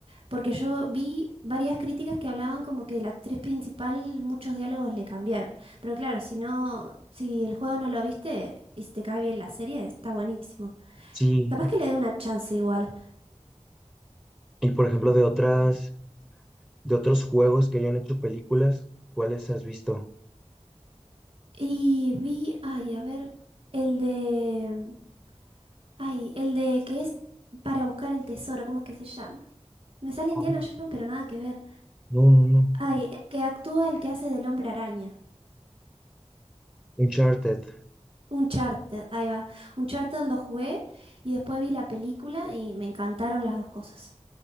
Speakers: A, on the right; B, in the centre.
A: Porque yo vi varias críticas que hablaban como que la actriz principal muchos diálogos le cambiaron. Pero claro, si no, si el juego no lo viste y si te cae bien la serie, está buenísimo.
B: Sí,
A: Capaz que le dé una chance igual.
B: y por ejemplo, de otras, de otros juegos que hayan hecho películas, ¿cuáles has visto?
A: Y vi, ay, a ver, el de... Ay, el de que es para buscar el tesoro, ¿cómo es que se llama? Me sale Indiana
B: Oh,
A: Jones, pero nada que ver.
B: No, no, no.
A: Ay, el que actúa, el que hace del hombre araña.
B: Uncharted.
A: Uncharted, ahí va. Uncharted lo jugué y después vi la película y me encantaron las dos cosas.